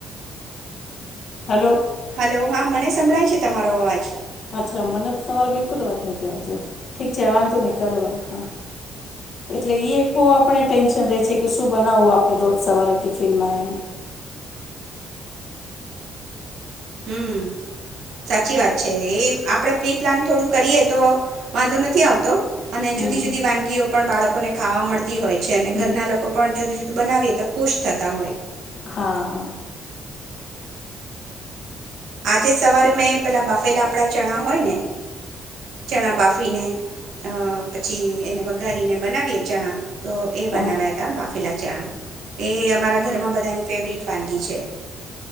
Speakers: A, on the left; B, on the right.
A: હલો.
B: હલો હા મને સંભળાય છે તમારો અવાજ.
A: અચ્છા મને તો તમારો બિલકુલ અવાજ નથી આવતો ઠીક છે વાંધો નહી કરો હા, એટલે એ એક બહુ આપણને ટેન્શન રહે છે કે શું બનાવવું આપણે રોજ સવારે ટિફિનમાં એમ.
B: હમ સાચી વાત છે એ આપડે પ્રી પ્લાન થોડું કરીએ તો વાંધો નથી આવતો. અને
A: હમ
B: જુદી-જુદી
A: હમ
B: વાનગીઓ પણ બાળ લોકો ને ખાવા મળ હોય છે અને
A: હમ
B: ઘરના લોકો પણ જુદી-જુદી. બનાવીએ તો ખુશ થતા હોય.
A: હા.
B: આજે સવારે મેં પેલા બાફેલા આપણા ચણા હોય ને, ચણા બાફીને અ પછી એને વઘારીને બનાવીએ ચણા. તો એ બનાવ્યા
A: હા
B: હતા બાફેલા ચાના, એ અમારા ઘરમાં બધાના ફેવરિટ વાનગી છે,